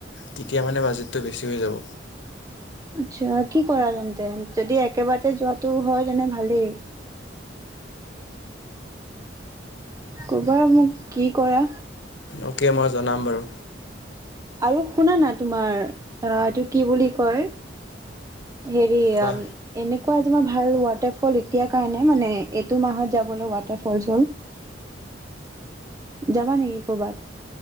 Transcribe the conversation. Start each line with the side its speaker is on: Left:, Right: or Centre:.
Left: তেতিয়া মানে বাজেটটো বেছি হৈ যাব।
Right: আচ্ছা কি? কৰা তেন্তে যদি একেবাৰতে যোৱাটো হয় তেনে ভালেই। ক'বাই মোক কি কৰা
Left: অ'কে মই জনাম বাৰু
Right: আৰু শুনা না তোমাৰ অ এইটো কি বুলি কয়? হেৰি
Left: কোৱা
Right: অ এনেকুৱা তোমাৰ ভাল ৱাটাৰ ফল এতিয়া কাৰণে মানে এইটো মাহত যাবলে <unintelligible> যাবা নেকি ক'বাত